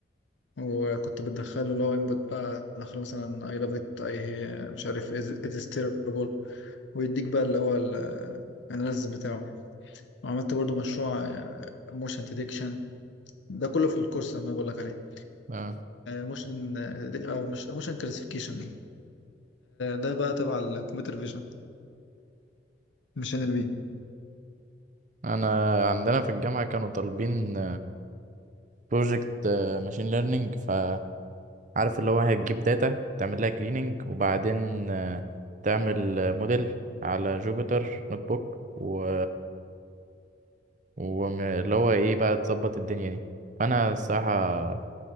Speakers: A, on the left; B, on the right.
A: وكنت بدخله لو انبوت بقى ادخله مثلا اي لاف ات اي مش عارف ات از تيربل ويديك بقى اللي هو الاناليسيس بتاعه وعملت برضو مشروع موشن ديتكشن ده كله في الكورس اللي انا بقول لك عليه
B: آه.
A: موشن او مش موشن كلاسيفيكيشن ده بقى تبع الكمبيوتر فيجن مش ان ال بي
B: انا عندنا في الجامعه كانوا طالبين بروجكت ماشين ليرنينج فعارف اللي هو هتجيب داتا تعمل لها كليننج وبعدين آه، تعمل موديل على جوبيتر نوت بوك و... واللي هو ايه بقى تظبط الدنيا دي فانا الصراحه